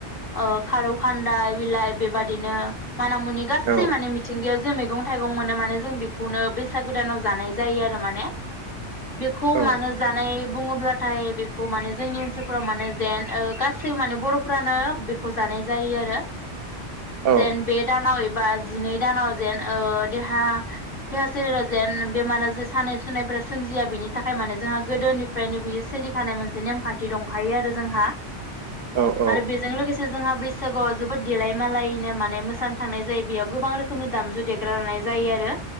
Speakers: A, on the left; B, on the right.
A: ओ खारौ खान्दा बिलाइ बेबादिनो माना मुनि गासै
B: औ
A: माने मिथिंगायाव जे मैगं थाइगं मोनो माने जों बेखौनो बैसागु दानाव जानाय जायो आरो माने बेखौ
B: औ
A: मानो जानाय बुङोब्लाथाय बेखौ माने जोंनि ओनसोलफोराव माने जेन ओ गासै माने बर'फ्रानो बेखौ जानाय जायो आ रो
B: औ
A: जेन बे दानाव एब बा जिनै दानाव जेन ओ देहा देहा सोलेराव जेन बेमारा जे सानाय सुनायफोरारा सोमजिया बेनि थाखाय माने जोंहा गोदोनिफ्रायनो बियो सोलिखानाय मोनसे नेमखान्थि दंखायो आरो जोंहा
B: औ औ
A: आरो बेजों लोगोसे जोंहा बैसागुआव जोबोद देलाय मालायैनो माने मोसानो थांनाय जायो बेयाव गोबां रोखोमनि दामजु देग्रा लानाय जायो आरो।